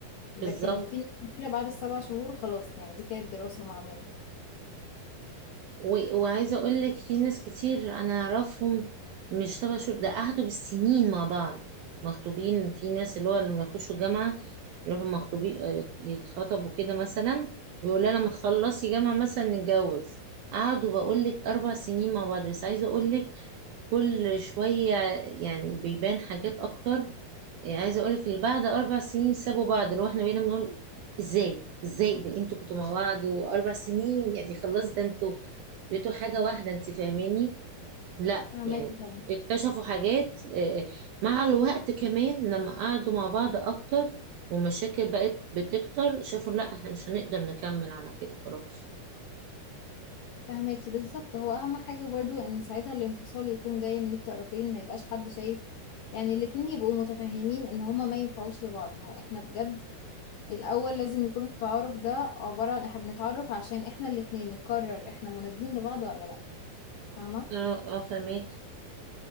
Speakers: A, on the left; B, on the right.
A: لكن
B: بالظبط
A: في ناس كتيرة بعد السبع شهور خلاص يعني دي كانت دراسة معمولة
B: و- وعايزة أقول لك في ناس كتير أنا أعرفهم مش تبع شهور ده قعدوا بالسنين مع بعض مخطوبين في ناس اللي هو لما يخشوا جامعة يروحوا مخطوبين آه، يتخطبوا كده مثلا ويقول لها لما تخلصي جامعة مثلا نتجوز قعدوا بقول لك أربع سنين مع بعض بس عايزة أقول لك كل شوية يعني بيبان حاجات أكتر يعني عايزة أقولك اللي بعد أربع سنين سابوا بعض اللي هو إحنا بقينا بنقول إزاي إزاي ده أنتوا كنتوا مع بعض وأربع سنين يعني خلاص ده أنتوا بقيتوا حاجة واحدة أنت فاهماني لا
A: فهماكي
B: يعني
A: طبعا
B: اكتشفوا حاجات آه، مع الوقت كمان لما قعدوا مع بعض أكتر ومشاكل بقت بتكتر شافوا لا إحنا مش هنقدر نكمل على كده خلاص
A: فهماكي بالظبط هو اهم حاجة برضو ان ساعتها الانفصال يكون جاي من الطرفين ما يبقاش حد شايف يعني الاتنين يبقوا متفاهمين ان هما ما ينفعوش لبعض ما هو احنا بجد الأول لازم يكون التعارف ده عبارة عن احنا بنتعرف عشان احنا الاتنين نقرر احنا مناسبين لبعض ولا لأ فاهمة
B: اه اه فهماكي